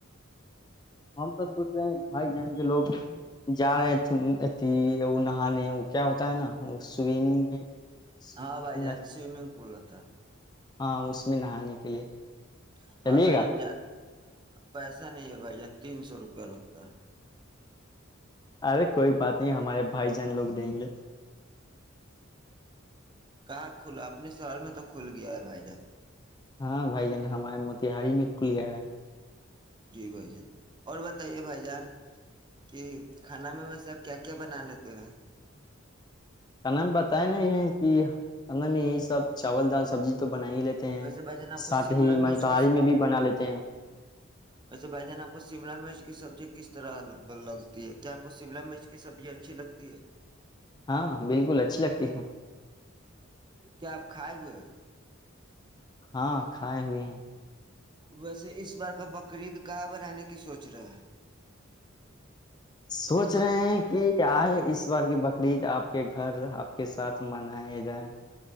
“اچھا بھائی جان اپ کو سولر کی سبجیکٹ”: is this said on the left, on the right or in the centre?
Right